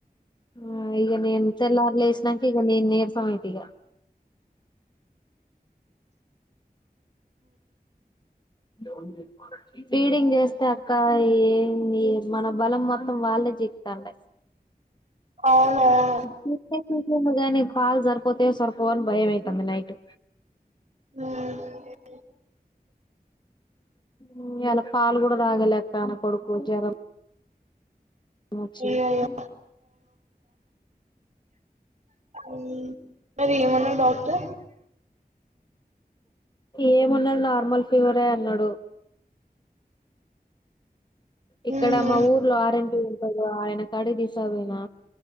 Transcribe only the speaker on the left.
ఆ ఇగ నేన్ తేల్లర్ లేసినంక, ఇగ నేన్ నీర్సమైతిగా. ఉమ్ ఫీడింగ్ చేస్తే అక్క. ఏం ఏ మన బలం మొత్తం వల్లే జిక్తండే.
చిక్తే చికెండు గాని, పాలు సరిపోతయో, సరిపోవని భయం అయితంది నైట్.
ఊ ఇయ్యాల పాలు కూడా తాగలేెక్క. నా కొడుకు జరం వచ్చిన్ది
ఏమ్మున్నాది. నార్మల్ ఫీవరే అన్నాడు. ఇక్కడ
మా ఊర్లో ఆర్. ఎం. పి ఉంటడు. ఆయన కడిదిశవైనా